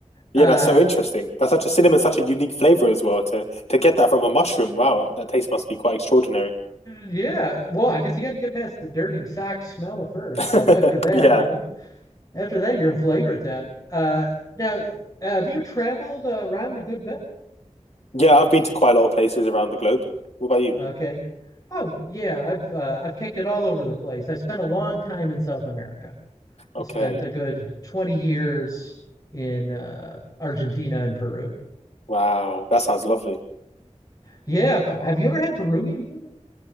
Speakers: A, on the left; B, on the left.
A: Yeah,
B: Uh,
A: that's so interesting. That's such a cinnamon, such a unique flavor as well. To to get that from a mushroom, wow, that taste must be quite extraordinary.
B: Yeah. Well, I guess you got to get past the dirty sock smell first,
A: <laughs>
B: but after that,
A: Yeah.
B: you know, after that, you're in flavor town. Uh, now, uh, have you traveled uh, around a good bit?
A: Yeah, I've been to quite a lot of places around the globe. What about you?
B: Okay. Oh yeah, I've uh, I've kicked it all over the place. I spent a long time in South America.
A: Okay.
B: I spent a good 20 years in uh, Argentina and Peru.
A: Wow. That sounds lovely.
B: Yeah, but have you ever had Peruvian food?